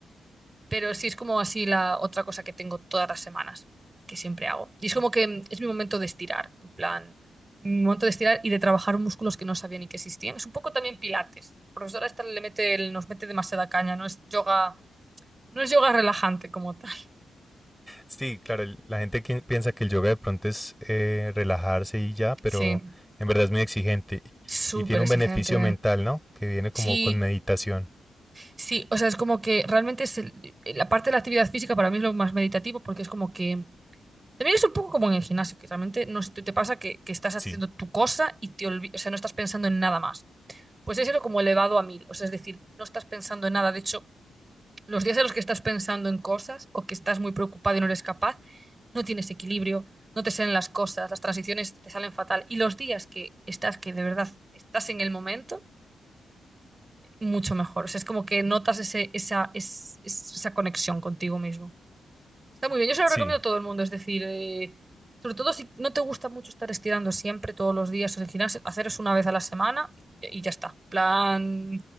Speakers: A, on the right; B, in the centre.
A: Pero sí es como así la otra cosa que tengo todas las semanas, que siempre hago. Y es como que mm, es mi momento de estirar, en plan, mi momento de estirar y de trabajar músculos que no sabía ni que existían. Es un poco también pilates. La profesora esta le mete, el- nos mete demasiada caña, no es yoga, no es yoga relajante como tal.
B: Sí, claro, el- la gente que piensa que el yoga de pronto es eh, relajarse y ya, pero
A: Sí,
B: en verdad es muy exigente
A: súper
B: y, y tiene
A: exigente.
B: un beneficio mental, ¿no? Que viene como
A: Sí,
B: con meditación.
A: sí, o sea, es como que realmente es el- la parte de la actividad física para mí es lo más meditativo porque es como que También es un poco como en el gimnasio, que realmente no sé si te pasa que, que estás haciendo
B: Sí,
A: tu cosa y te olvidas, o sea, no estás pensando en nada más. Pues es eso como elevado a mil, o sea, es decir, no estás pensando en nada. De hecho, los días en los que estás pensando en cosas o que estás muy preocupado y no eres capaz, no tienes equilibrio, no te salen las cosas, las transiciones te salen fatal. Y los días que estás, que de verdad estás en el momento, mucho mejor. O sea, es como que notas ese, esa, es- es- esa conexión contigo mismo. Está muy bien, yo se lo
B: sí,
A: recomiendo a todo el mundo, es decir, eh, sobre todo si no te gusta mucho estar estirando siempre, todos los días en el gimnasio, hacer eso una vez a la semana y, y ya está. En plan,